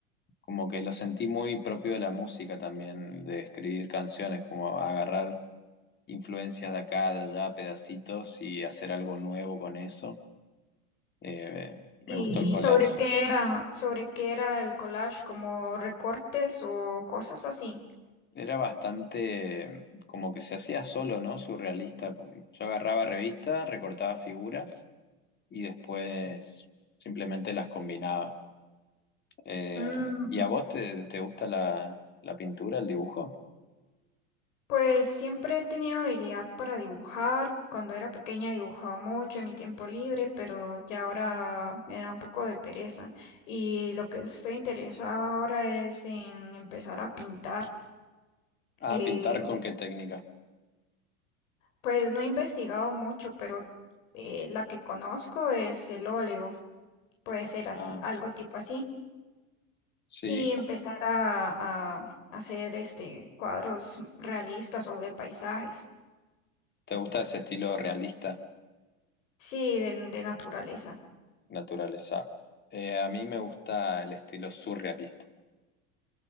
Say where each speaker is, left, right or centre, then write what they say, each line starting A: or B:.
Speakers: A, on the left; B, on the left.
A: como que lo sentí muy propio de la música también, de escribir canciones, como agarrar influencias de acá, de allá, pedacitos y hacer algo nuevo con eso. Eh, me
B: ¿Y
A: gustó el collage.
B: sobre qué era, sobre qué era el collage, como recortes o cosas así?
A: Era bastante como que se hacía solo, ¿no? Surrealista. porque Yo agarraba revistas, recortaba figuras y después simplemente las combinaba. Eh,
B: Ujú.
A: ¿y a vos te, te gusta la, la pintura, el dibujo?
B: Pues siempre he tenido habilidad para dibujar. Cuando era pequeña dibujaba mucho en mi tiempo libre, pero ya ahora me da un poco de pereza. Y lo que estoy interesada ahora es en empezar a pintar.
A: Ah,
B: Eh,
A: pintar con qué técnica.
B: pues no he investigado mucho, pero eh, la que conozco es el óleo. Puede ser así,
A: Ah,
B: algo tipo así.
A: sí.
B: y empezar a, a hacer este cuadros realistas o de paisajes,
A: ¿Te gusta ese estilo realista,
B: sí, de, de naturaleza.
A: naturaleza? Eh, a mí me gusta el estilo surrealista.